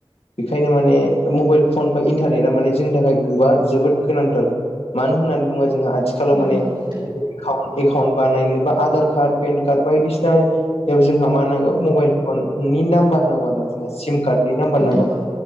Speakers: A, on the left; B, on the right.
A: बेखायनो माने मबाइल फन बा इन्टारनेटा माने जोंनि थाखाय गोबा जोबोद गोनांथार मानो होननानै बुंबा जोंहा आथि आथिखालाव
B: नंगौ
A: माने
B: नोंथां
A: एकउन एकाउन्ट बानायनो बा आधार कार्ड पेन कार्ड बायदिसिना बेयाव जोंहा मा नांगौ मबाइल फन नि नाम्बार नांगौ आरो ना सिम कार्डनि नाम्बार
B: नंगौ
A: नांगौ